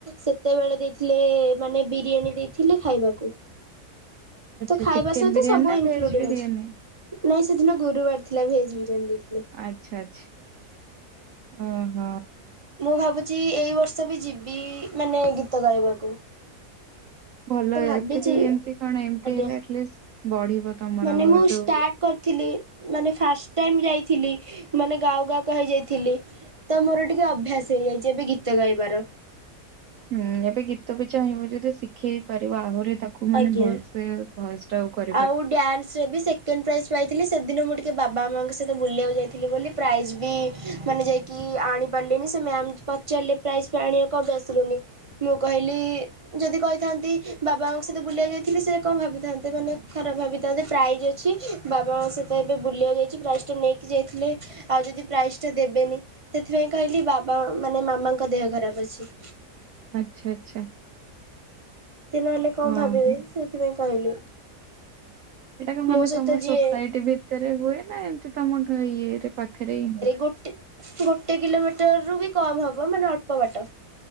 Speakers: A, on the right; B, on the right.
A: ସେତେବେଳେ ଦେଇଥିଲେ ମାନେ ବିରିୟାନୀ ଦେଇଥିଲେ ଖାଇବାକୁ।
B: ଆଚ୍ଛା
A: ତ ଖାଇବା
B: ଚିକେନ
A: ସହିତ
B: ବିରିୟାନୀ
A: ସବୁ
B: ନା
A: ଇନକ୍ଲୁଡ଼ିଂ
B: ଭେଜ ବିରିୟାନୀ?
A: ଅଛି। ନାଇଁ ସେଦିନ ଗୁରୁବାର ଥିଲା ଭେଜ୍ ବିରିୟାନୀ ଦେଇଥିଲେ।
B: ଆଚ୍ଛା ଆଚ୍ଛା। ଓ ହଁ।
A: ମୁଁ ଭାବୁଚି ଏଇ ବର୍ଷ ବି ଯିବି ମାନେ ଗୀତ ଗାଇବାକୁ।
B: ଭଲ
A: ତ ଭାବିଛି
B: ଆଚୁଆଲି ଏମିତି କଣ ଏମତି
A: ଆଜ୍ଞା
B: ହେଲେ ଆଟଲିଷ୍ଟ ବଢିବ ତମର
A: ମାନେ ମୁଁ
B: ଯୋଉ
A: ଷ୍ଟାର୍ଟ କରିଥିଲି ମାନେ ଫାଷ୍ଟ ଟାଇମ୍ ଯାଇଥିଲି ମାନେ ଗାଉ ଗାଉ କା ହେଇ ଯାଇଥିଲି। ତ ମୋର ଟିକେ ଅଭ୍ୟାସ ହେଇଯାଇଛି ଏବେ ଗୀତ ଗାଇବାର।
B: ହୁଁ ଏବେ ଗୀତ ବି ଚାହିଁବ ଯଦି ଶିଖେଇ ପାରିବ ଆହୁରି ତାକୁ ମାନେ
A: ଆଜ୍ଞା।
B: ଭଲସେ ଭଏ ଷ୍ଟଉ କ
A: ଆଉ ଡ୍ୟାନ୍ସ ରେ ବି ସେ କେଣ୍ଡ ପ୍ରାଇଜ୍ ପାଇଥିଲି ସେଦିନ ମୁଁ ଟିକେ ବାବା ମାଆଙ୍କ ସହିତ ବୁଲିବାକୁ ଯାଇଥିଲି ବୋଲି ପ୍ରାଇଜ୍ ବି ମାନେ ଯାଇ କି ଆଣି ପାରଲିନି ସେ ମ୍ୟାାମ୍ ପଚାରିଲେ ପ୍ରାଇଜ୍ ତୁ ଆଣିବା କଣ ପାଇଁ ଆସିଲୁନି। ମୁଁ କହିଲି ଯଦି କହିଥାନ୍ତି ବାବା ମାମାଙ୍କ ସହିତ ବୁଲିବାକୁ ଯାଇଥିଲି ସେ କଣ ଭାବିଥାନ୍ତେ, ମାନେ ଖରାପ ଭାବିଥାନ୍ତେ ପ୍ରାଇଜ୍ ଅଛି ବାବା ମାଙ୍କ ସହିତ ଏବେ ବୁଲିବାକୁ ଯାଇଛି ପ୍ରାଇଜ୍ ଟା ନେଇକି ଯାଇଥିଲେ ଆଉ ଯଦି ପ୍ରାଇଜ୍ ଟା ଦେବେନି ସେଥିପାଇଁ କହିଲି ବାବା ମାନେ ମାମାଙ୍କ ଦେହ ଖରାପ ଅଛି।
B: ଆଚ୍ଛା, ଆଚ୍ଛା।
A: ସେ ନହେଲେ କଣ
B: ଓହୋ
A: ଭାବିବେ
B: ହୁଁ।
A: ସେଥିପାଇଁ କହିଲି।
B: ଏଟାକୁ ମାନେ
A: ମୋ
B: ତୋମ
A: ସହିତ
B: ସୋସାଇଟି
A: ଯିଏ
B: ଭିତରେ ହୁଏ ନା ଏମତି ତୋମ ଘ-ଇଏରେ ପାଖରେ ହିଁ ହୁଏ?
A: ଗୋଟି ଗୋଟେ କିଲୋମିଟରରୁୁ ବି କମ୍ ହବ ମାନେ ଅଳ୍ପ ବାଟ।